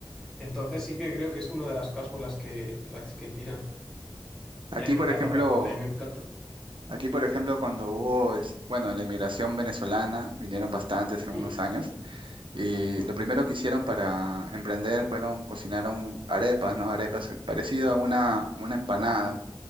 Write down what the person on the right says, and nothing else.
Aquí,
por
ejemplo,
aquí, por ejemplo, cuando hubo, es- bueno, la inmigración venezolana, vinieron bastantes en
unos años, y
lo primero que hicieron para emprender fueron, cocinaron arepas, ¿no? Arepas eh, parecido a una, una empanada.